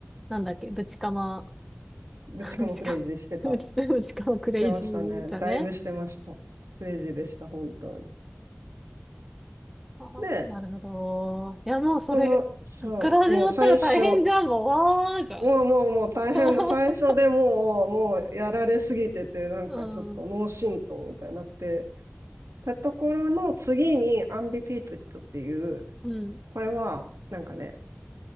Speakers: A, in the centre; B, on the right.
A: なんだっけ、ぶちかま、
B: ぶちかもクレイジーしてた
A: <laughs> ぶちか、ぶち、ぶちかまクレイジーだね。
B: してましたね。だいぶしてました。クレイジーでした、本当に。
A: ああ、
B: で、
A: なるほど。いや、もうそれ、
B: その、そう、
A: そっから始まったら大変じゃん、
B: もう最初、
A: もう、わーじゃん。
B: もうもうもう大変だ。
A: <laughs>
B: 最初でもう、もうやられすぎてて、なんかちょっと脳震盪みたいになって、
A: うん、
B: たところの次にアンディピートっていう、
A: うん。
B: これはなんかね、